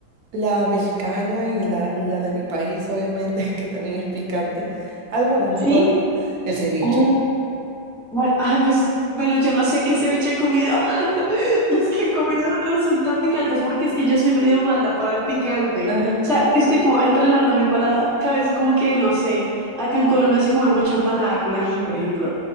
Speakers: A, on the right (about 65°); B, in the centre.
A: La mexicana y la, la de mi país, obviamente, <laughs> que también es picante. Algunas, no
B: ¿Sí?
A: todas. El ceviche.
B: Ay, Bueno, ah, pues, bueno, yo no sé qué ceviche he comido. <laughs> Los que he comido no son tan picantes porque es que yo soy medio mala para el picante.
A: Ajá.
B: O sea, estoy como entrenando mi paladar. Cada vez como que, no sé, acá en Colombia se come mucho empanada con ají, por ejemplo.